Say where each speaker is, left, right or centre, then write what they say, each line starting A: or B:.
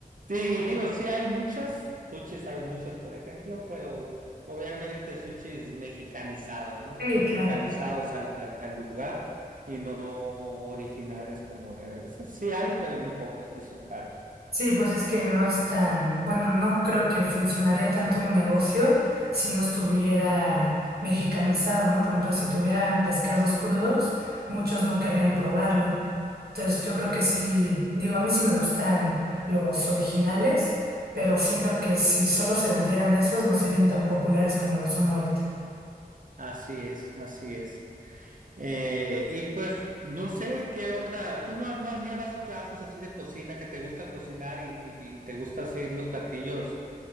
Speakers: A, on the right; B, on the right.
A: Sí, y digo, sí hay muchas, sushis hay muchos, por ejemplo, pero obviamente sushis mexicanizados, ¿no?
B: Sí,
A: Tropicalizados
B: claro.
A: al, al, al lugar y no originales como deben de ser. Sí hay, pero muy pocos y son caros.
B: Sí, pues es que no es tan, bueno, no creo que funcionaría tanto un negocio si no estuviera mexicanizado, ¿no? Por ejemplo, si tuvieran pescados crudos, muchos no querrían probarlo. Entonces, yo creo que sí, digo, a mí sí me gustan los originales, pero siento que si solo se vendieran esos, no serían tan populares como lo son ahorita.
A: Así es, así es. Eh, y pues no sé qué otra, tú no has, no has llevado clases así de cocina, que te gusta cocinar y, y- y te gusta hacer los platillos,